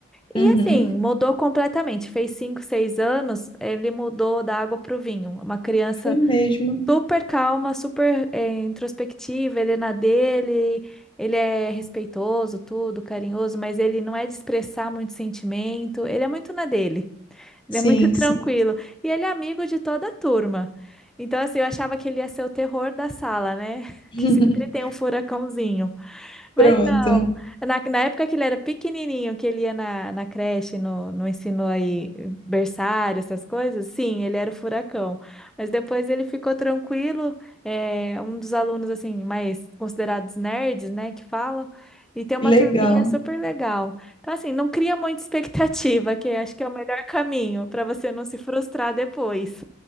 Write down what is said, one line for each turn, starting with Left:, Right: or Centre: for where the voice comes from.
Centre: E
Left: Uhum.
Centre: assim, mudou completamente. Fez cinco, seis anos, ele mudou da água para o vinho. Uma criança.
Left: Foi mesmo.
Centre: Super calma, super eh, introspectiva, ele é na dele, ele é respeitoso, tudo, carinhoso, mas ele não é de expressar muito sentimento, ele é muito na dele, ele
Left: Sim,
Centre: é muito <laughs> tranquilo.
Left: sim.
Centre: E ele é amigo de toda a turma. Então, assim, eu achava que ele ia ser o terror da sala, né? <laughs>
Left: <laughs>
Centre: Que sempre tem um furacãozinho. Mas
Left: Pronto.
Centre: não, na, na época que ele era pequenininho, que ele ia na, na creche, no, no ensino aí, berçário, essas coisas, sim, ele era o furacão. Mas depois ele ficou tranquilo, é, um dos alunos, assim, mais considerados nerds, né, que falam, e tem uma
Left: Que legal.
Centre: turminha super legal. Então, assim, não cria muita expectativa, que acho que é o melhor caminho para você não se frustrar depois.